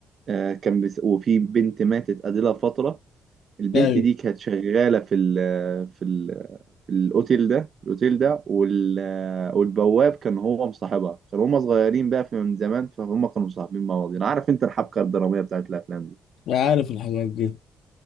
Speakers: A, on the right; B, on the left.
A: آه، كان بس... وفي بنت ماتت قبلها فترة البنت
B: ايوه
A: دي كانت شغالة في ال في ال في الأوتيل ده الأوتيل ده وال... والبواب كان هو مصاحبها كانوا هما صغيرين بقى في من زمان فهم كانوا مصاحبين مع بعض أنا عارف أنت الحبكة الدرامية بتاعت الأفلام دي
B: عارف الحاجات دي